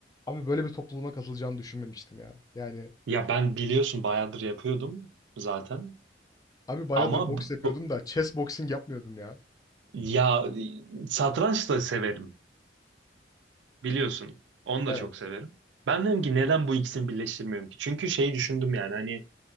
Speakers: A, on the left (about 20°); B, on the right (about 80°).
A: Abi böyle bir topluluğuna katılacağını düşünmemiştim ya. Yani
B: Ya ben biliyorsun bayağıdır yapıyordum zaten.
A: abi bayağıdır
B: Ama
A: boks
B: bu-
A: yapıyordum
B: bu-
A: da chess boxing yapmıyordum ya.
B: ya satranç da severim. Biliyorsun. Onu da
A: Evet.
B: çok severim. Ben dedim ki neden bu ikisini birleştirmiyorum ki? Çünkü şeyi düşündüm yani hani